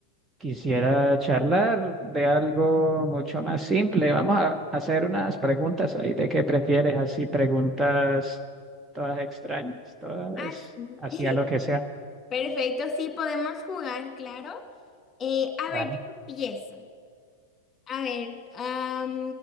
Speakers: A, on the right (about 15°); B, on the left (about 25°).
A: quisiera charlar de algo mucho más simple. Vamos a hacer unas preguntas ahí de qué prefieres, así preguntas todas extrañas, todas
B: Ah, sí.
A: así
B: <laughs>
A: lo que sea.
B: Perfecto, sí, podemos jugar, claro. Eh, a
A: Vale.
B: ver, yo empiezo. A ver, am,